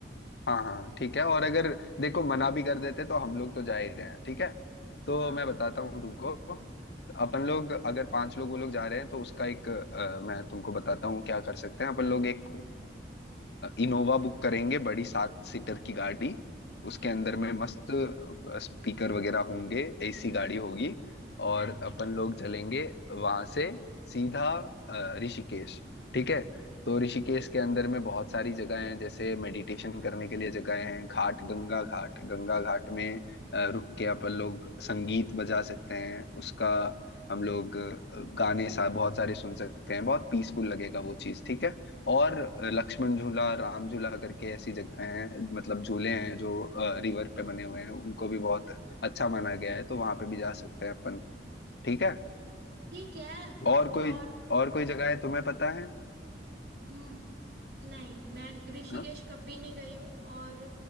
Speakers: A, on the left (about 70°); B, on the right (about 60°).
A: हाँ हाँ ठीक है और अगर देखो मना भी कर देते तो हम लोग तो जा ही रहे हैं ठीक है तो
B: हाँ
A: मैं बताता
B: ठीक है
A: हूँ तुमको अपन लोग अगर पांच लोग वो लोग जा रहे हैं तो उसका एक अ, मैं तुमको बताता हूँ क्या कर सकते हैं अपन लोग एक इनोवा बुक करेंगे बड़ी सात सीटर की गाड़ी
B: ठीक
A: उसके
B: है
A: अंदर में मस्त स्पीकर वगैरह होंगे एसी
B: <laughs>
A: गाड़ी होगी और अपन लोग चलेंगे वहां से सीधा अ, ऋषिकेश ठीक है तो ऋषिकेश के अंदर में बहुत सारी जगह हैं जैसे मेडिटेशन करने के लिए जगह हैं घाट गंगा घाट गंगा घाट में अ, रुक के अपन लोग संगीत बजा सकते हैं उसका हम लोग अ, गाने सा बहुत सारे सुन सकते हैं बहुत पीसफुल लगेगा वो चीज ठीक है और अ, लक्ष्मण झूला राम झूला करके ऐसी जगह हैं मतलब झूले हैं जो रिवर पे बने हुए हैं उनको भी बहुत अच्छा माना गया है तो वहां पे भी जा सकते हैं अपन ठीक है
B: ठीक है
A: और कोई
B: और
A: और कोई जगह है तुम्हें पता है
B: हम्म, नहीं मैं ऋषिकेश
A: हाँ
B: कभी नहीं गई हूँ और